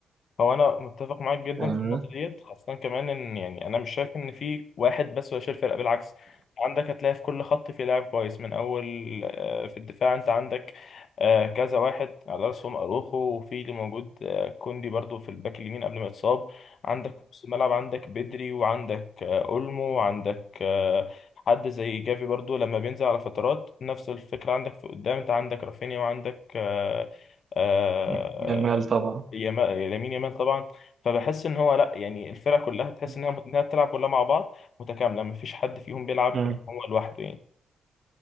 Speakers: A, on the left; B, on the right.
A: هو انا متفق معاك جدا
B: فاهمني؟
A: في النقطه ديت خاصه كمان ان يعني انا مش شايف ان في واحد بس هو اللي شايل الفرقه بالعكس عندك هتلاقي في كل خط في لاعب كويس من اول آه، في الدفاع انت عندك آه، كذا واحد على راسهم اروخو وفي اللي موجود آه، كوندي برضو في الباك اليمين قبل ما يتصاب عندك في نص الملعب عندك بدري وعندك آه، اولمو وعندك آه، حد زي جافي برضو لما بينزل على فترات نفس الفكره عندك في قدام انت عندك رافينيا وعندك آه، آه،
B: مم. جمال طبعا
A: يما- لامين يامال طبعا فبحس ان هو لا يعني الفرقه كلها تحس
B: مم.
A: انها انها بتلعب كلها مع بعض متكامله ما فيش حد فيهم بيلعب
B: مم.
A: هو لوحده يعني